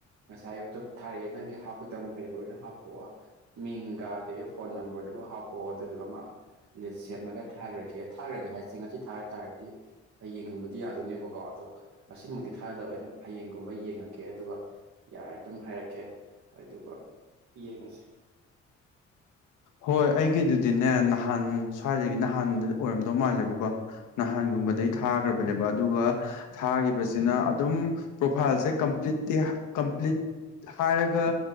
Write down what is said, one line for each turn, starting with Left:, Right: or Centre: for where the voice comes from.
Right: ꯉꯁꯥꯏ ꯑꯌꯨꯛꯇꯣ ꯊꯥꯔꯛꯑꯦ ꯅꯪꯒꯤ ꯍꯥꯞꯀꯗꯕ ꯃꯈꯩꯗ ꯂꯣꯏꯅ ꯍꯥꯞꯄꯛꯑꯣ ꯃꯤꯡꯒ ꯑꯗꯒꯤ ꯐꯣꯟ ꯅꯝꯕꯔꯗꯨꯒ ꯍꯥꯞꯄꯛꯑꯣ ꯑꯗꯨꯗꯨꯒ ꯃꯥ ꯂꯤꯁ ꯁꯦꯝꯃꯒ ꯊꯥꯈ꯭ꯔꯒꯦ ꯊꯥꯈ꯭ꯔꯒꯦ ꯍꯥꯏꯁꯦ ꯉꯁꯤ ꯊꯥ ꯇꯥꯔꯗꯤ ꯌꯦꯡꯅꯤꯡꯕꯗꯤ ꯌꯥꯗꯣꯏꯅꯦꯕꯀꯣ ꯑꯗꯣ ꯃꯁꯤꯃꯛꯇꯤ ꯊꯥꯗꯕ ꯑꯩꯅ ꯍꯌꯦꯡꯒꯨꯝꯕ ꯌꯦꯡꯉꯒꯦ ꯑꯗꯨꯒ ꯌꯥꯔꯦ ꯑꯗꯨꯝ ꯍꯥꯏꯔꯛꯀꯦ ꯑꯗꯨꯒꯥ ꯌꯦꯉꯁꯦ
Left: ꯍꯣꯏ ꯑꯩꯒꯤꯗꯨꯗꯤꯅꯦ ꯅꯍꯥꯟ ꯁ꯭ꯋꯥꯏꯗꯒꯤ ꯅꯍꯥꯟ ꯑꯣꯏꯔꯝꯗꯧ ꯃꯥꯜꯂꯦꯕꯀꯣ ꯅꯍꯥꯟꯒꯨꯝꯕꯗꯩ ꯊꯥꯈ꯭ꯔꯕꯅꯦꯕ ꯑꯗꯨꯒ ꯊꯥꯈꯤꯕꯁꯤꯅ ꯑꯗꯨꯝ ꯄ꯭ꯔꯣꯐꯥꯏꯜꯁꯦ ꯀꯝꯄ꯭ꯂꯤꯠꯇꯤ ꯀꯝꯄ꯭ꯂꯤꯠ ꯍꯥꯏꯔꯒ